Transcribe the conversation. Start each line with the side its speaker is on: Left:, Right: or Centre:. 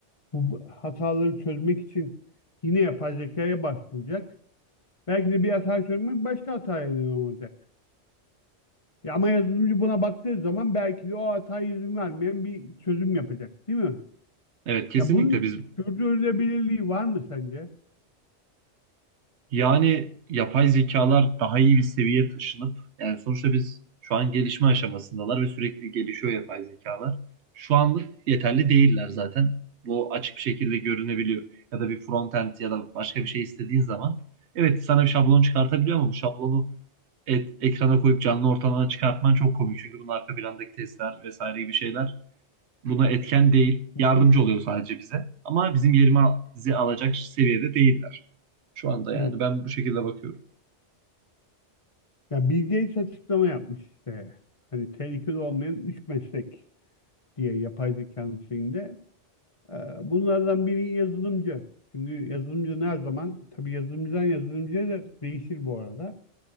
Left: bu hataları çözmek için yine yapay zekaya başvuracak. Belki de bir hata çözmek başka hataya neden olacak. Ya ama yazılımcı buna baktığı zaman belki de o hataya izin vermeyen bir çözüm yapacak, değil mi?
Right: Evet kesinlikle
Left: Ya bunun
Right: biz
Left: sürdürülebilirliği var mı sence?
Right: Yani yapay zekalar daha iyi bir seviyeye taşınıp yani sonuçta biz şu an gelişme aşamasındalar ve sürekli gelişiyor yapay zekalar. Şu anlık yeterli değiller zaten. Bu açık bir şekilde görünebiliyor. Ya da bir frontend ya da başka bir şey istediğin zaman evet sana bir şablon çıkartabiliyor ama bu şablonu et, ekrana koyup canlı ortamına çıkartman çok komik. Çünkü bunun arka plandaki testler vesaire gibi şeyler buna etken değil.
Left: Hı
Right: Yardımcı
Left: hı.
Right: oluyor sadece bize. Ama bizim yerimizi alacak seviyede değiller. Şu anda
Left: Evet.
Right: yani ben bu şekilde bakıyorum.
Left: Ya Bill Gates açıklama yapmış işte. Hani tehlikeli olmayan üç meslek diye yapay zekanın şeyinde. Ee, Bunlardan biri yazılımcı. Çünkü yazılımcı her zaman tabii yazılımcıdan yazılımcıya da değişir bu arada.